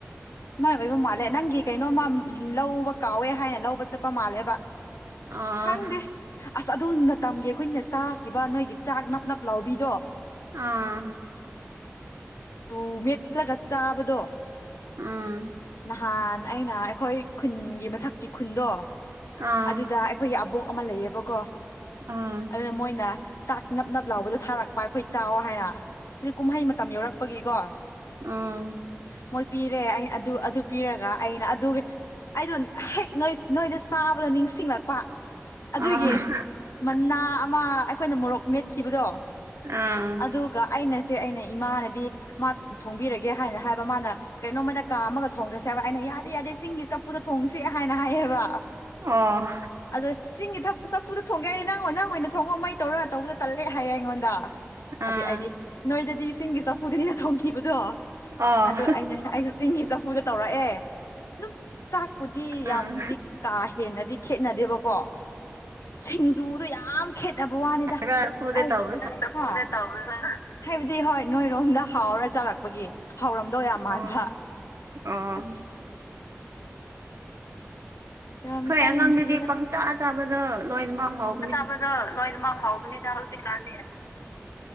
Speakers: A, on the left; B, on the right.
A: ꯃꯥꯏ ꯑꯣꯏꯕ ꯃꯥꯜꯂꯦ ꯅꯪꯒꯤ ꯀꯩꯅꯣꯝꯃ ꯂꯧꯕ ꯀꯥꯎꯋꯦ ꯍꯥꯏꯅ ꯂꯧꯕ ꯆꯠꯄ ꯃꯥꯜꯂꯦꯕ
B: ꯑ
A: ꯈꯪꯗꯦ ꯑꯁ ꯑꯗꯨ ꯃꯇꯝꯒꯤ ꯑꯩꯈꯣꯏꯅ ꯆꯥꯈꯤꯕ ꯅꯣꯏꯒꯤ ꯆꯥꯛ ꯅꯞ ꯅꯞ ꯂꯥꯎꯕꯤꯗꯣ
B: ꯑꯥ
A: ꯇꯨ ꯃꯦꯠꯂꯒ ꯆꯥꯕꯗꯣ
B: ꯑꯥ
A: ꯅꯍꯥꯟ ꯑꯩꯅ ꯑꯩꯈꯣꯏ ꯈꯨꯟꯒꯤ ꯃꯊꯛꯀꯤ ꯈꯨꯟꯗꯣ
B: ꯑ
A: ꯑꯗꯨꯗ ꯈꯣꯏꯒꯤ ꯑꯕꯣꯛ ꯑꯃ ꯂꯩꯌꯦꯕꯀꯣ
B: ꯑ ꯑ
A: ꯑꯗꯨꯅ ꯃꯣꯏꯅ ꯆꯥꯛ ꯅꯞ ꯅꯞ ꯂꯥꯎꯕꯗꯣ ꯊꯥꯔꯛꯄ ꯑꯩꯈꯣꯏ ꯆꯥꯎ ꯍꯥꯏꯔ ꯍꯨꯖꯤꯛ ꯀꯨꯝꯍꯩ ꯃꯇꯝ ꯌꯧꯔꯛꯄꯒꯤꯀꯣ
B: ꯎꯝ
A: ꯃꯣꯏ ꯄꯤꯔꯦ ꯑꯩ ꯑꯟ ꯑꯗꯨ ꯑꯗꯨ ꯄꯤꯔꯒ ꯑꯩꯅ ꯑꯗꯨꯒꯤ ꯑꯩꯗꯣ ꯍꯦꯛ ꯅꯣꯏ ꯅꯣꯏꯗ ꯆꯥꯕꯗꯣ ꯅꯤꯡꯁꯤꯡꯂꯛꯄ
B: ꯑ
A: ꯑꯗꯨꯒꯤ ꯃꯅꯥ ꯑꯃ ꯑꯩꯈꯣꯏꯅ ꯃꯣꯔꯣꯛ ꯃꯦꯠꯈꯤꯕꯗꯣ
B: ꯑ
A: ꯑꯗꯨ ꯒ ꯑꯩꯅꯁꯦ ꯑꯩꯅ ꯏꯃꯥꯅꯗꯤ ꯃꯥ ꯊꯣꯡꯕꯤꯔꯒꯦ ꯍꯥꯏꯅ ꯍꯥꯏꯕ ꯃꯥꯅ ꯀꯩꯅꯣꯝꯃꯗ ꯀꯥ ꯑꯃꯒ ꯊꯣꯡꯔꯁꯦ ꯍꯥꯏꯕ ꯑꯩꯅ ꯌꯥꯗꯦ ꯌꯥꯗꯦ ꯆꯤꯡꯒꯤ ꯆꯐꯨꯗ ꯊꯣꯡꯁꯦ ꯍꯥꯏꯅ ꯍꯥꯏꯌꯦꯕ
B: ꯑꯣ
A: ꯑꯗꯣ ꯆꯤꯡꯒꯤ ꯆꯐꯨ ꯆꯐꯨꯗ ꯊꯣꯡꯒꯦ ꯅꯪ ꯉꯣ ꯅꯪ ꯑꯣꯏꯅ ꯊꯣꯡꯉꯣ ꯃꯩ ꯇꯧꯔꯒ ꯇꯧꯕꯗ ꯇꯜꯂꯦ ꯍꯥꯏꯌꯦ ꯑꯩꯉꯣꯟꯗ
B: ꯑ
A: ꯑꯗꯨ ꯑꯩꯗꯤ ꯅꯣꯏꯗꯗꯤ ꯆꯤꯡꯒꯤ ꯆꯐꯨꯗꯅꯤꯅ ꯊꯣꯡꯈꯤꯕꯗꯣ
B: ꯑꯣ
A: ꯑꯗꯨ ꯑꯩꯅ ꯑꯩꯁꯨ ꯆꯤꯡꯉꯤ ꯆꯐꯨꯗ ꯇꯧꯔꯛꯑꯦ ꯑꯗꯨꯝ ꯆꯥꯛꯄꯨꯗꯤ
B: ꯑ
A: ꯌꯥꯝꯅꯗꯤ ꯀꯥ ꯍꯦꯟꯅꯗꯤ ꯈꯦꯠꯅꯗꯦꯕꯀꯣ ꯁꯤꯡꯖꯨꯗꯣ ꯌꯥꯝ ꯈꯦꯠꯅꯕ ꯋꯥꯅꯤ
B: ꯍꯥꯏꯕ꯭ꯔꯥ ꯂꯐꯨꯗ
A: <unintelligible>
B: ꯇꯧꯕ꯭ꯔꯥ
A: ꯍꯥꯏꯕꯗꯤ ꯍꯣꯏ ꯅꯣꯏꯔꯣꯝꯗ ꯍꯥꯎꯔ ꯆꯥꯔꯛꯄꯒꯤ ꯍꯧꯔꯝꯗꯧ ꯌꯥꯝ ꯃꯥꯟꯕ
B: ꯑꯣ ꯑꯣ
A: ꯑꯁ ꯌꯥꯝ
B: ꯑꯈꯣꯏ
A: ꯆꯥꯅꯤꯡꯈꯤꯌꯦꯗ
B: ꯑꯉꯥꯡꯗꯨꯗꯤ ꯄꯪꯆ ꯆꯥꯕꯗ ꯂꯣꯏꯅꯃꯛ ꯍꯥꯎ
A: ꯄꯡꯆꯥ ꯆꯕꯗ ꯂꯣꯏꯃꯛ ꯍꯥꯎꯕꯅꯤꯗ ꯍꯧꯖꯤꯛ ꯀꯥꯟꯗꯤ